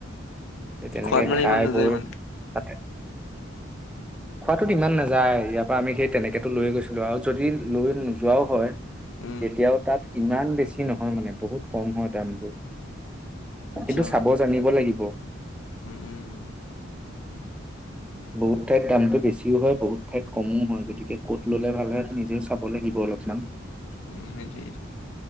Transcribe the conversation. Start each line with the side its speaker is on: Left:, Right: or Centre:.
Centre: সেই তেনেকে,
Left: খোৱাত মানে
Centre: খাই
Left: ইমান নাযায়
Centre: বৈ
Left: মানে
Centre: তা খোৱাটোত ইমান নাযায়, ইয়াৰ পৰা আমি সেই তেনেকেতো লৈ গৈছিলো আৰু যদি লৈ নোযোৱাও হয়
Left: উম
Centre: তেতিয়াও তাত ইমান বেছি নহয় মানে। বহুত কম হয় দামবোৰ।
Left: আচ্ছা
Centre: কিন্তু চাব জানিব লাগিব।
Left: উম, উম, উ।
Centre: বহুত ঠাইত দামটো বেছিও হয়, বহুত ঠাইত কমো হয়, গতিকে ক'ত ল'লে ভাল হয়। নিজেও চাব লাগিব অলপমান।
Left: উ, সেইটোৱ